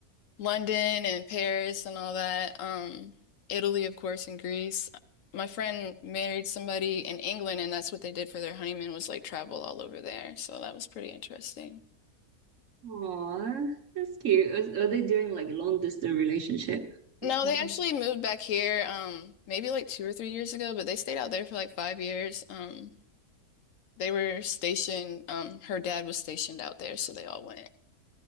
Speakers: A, on the left; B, on the right.
A: London and Paris and all that. Um, Italy, of course, and Greece. My friend married somebody in England and that's what they did for their honeymoon was like travel all over there. So that was pretty interesting.
B: Aww, that's cute. Are are they doing like long distance relationship or
A: No,
B: something?
A: they actually moved back here um maybe like two or three years ago, but they stayed out there for like five years. Um, they were stationed, um, her dad was stationed out there, so they all went.